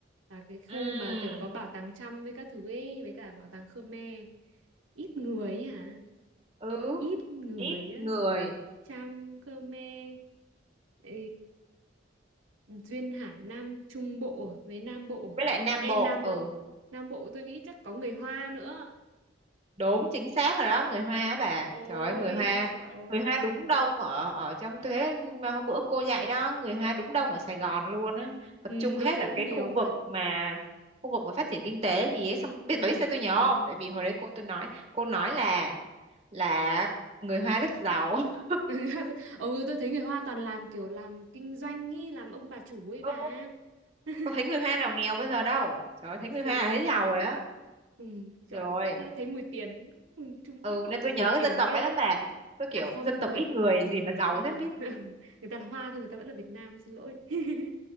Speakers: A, on the right; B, on the right.
A: là cái khu
B: Ừm,
A: mà kiểu có bảo tàng Chăm với các thứ ấy với cả bảo tàng Khmer ít người ấy hả
B: ừ
A: ít người
B: ít
A: á
B: người
A: Chăm Khmer ừ, Duyên Hải Nam Trung Bộ với Nam Bộ
B: với lại Nam
A: ê
B: Bộ
A: Nam
B: ừ
A: Bộ Nam Bộ tôi nghĩ chắc có người Hoa nữa
B: đúng chính xác rồi đó người Hoa á bà
A: ôi
B: trời ơi người Hoa
A: trời ơi
B: người Hoa đúng đông ở ở trong thế mà hôm bữa cô dạy đó người Hoa đúng đông ở Sài Gòn luôn á tập
A: ừ,
B: trung hết
A: tôi thấy
B: ở
A: cũng
B: cái
A: nhiều
B: khu vực
A: thật
B: mà khu vực mà phát triển kinh tế gì ấy xong biết
A: ừ
B: bà biết sao tôi nhớ không tại vì hồi đấy cô tôi nói cô nói là là người Hoa rất giàu <laughs>
A: <laughs> ừ tôi thấy người Hoa toàn làm kiểu làm kinh doanh ý làm ông bà chủ ấy
B: Ừ.
A: bà <laughs>
B: có thấy người Hoa nào nghèo bây giờ đâu trời ơi,
A: thật
B: thấy người
A: sự
B: Hoa là thấy giàu rồi á
A: ừ, trời
B: rồi
A: đã, đã thấy mùi tiền ừ, Trung
B: ừ
A: Quốc họ
B: nên tôi
A: ngửi
B: nhớ cái
A: tiền
B: dân tộc
A: ghê
B: ấy lắm bà tôi kiểu
A: à không
B: dân
A: không
B: tộc
A: phải
B: ít người gì mà
A: người
B: giàu
A: ta là
B: thế không biết
A: <laughs> người ta là Hoa thôi người ta vẫn là Việt Nam xin lỗi <laughs>